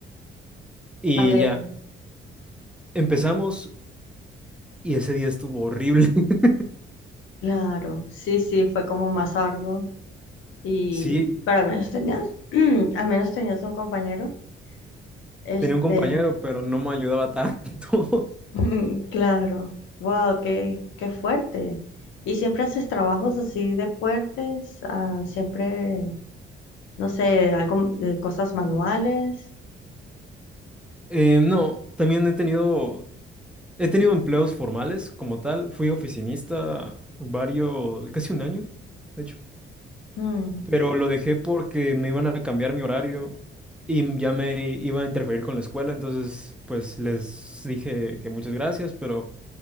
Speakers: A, in the centre; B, on the left.
A: Y
B: Vale.
A: ya, empezamos y ese día estuvo horrible. <laughs>
B: Claro, sí, sí, fue como más arduo y
A: Sí,
B: pero al menos tenías, <clears throat> al menos tenías un compañero. Este,
A: tenía un compañero, pero no me ayudaba tanto.
B: <laughs>
A: <laughs>
B: claro, wow, qué, qué fuerte. ¿Y siempre haces trabajos así de fuertes? Ah, siempre, no sé, algo, de cosas manuales.
A: Eh, no, también he tenido, he tenido empleos formales como tal. Fui oficinista varios, casi un año, de hecho.
B: Mm.
A: Pero lo dejé porque me iban a cambiar mi horario y ya me iba a interferir con la escuela. Entonces, pues les dije que muchas gracias, pero...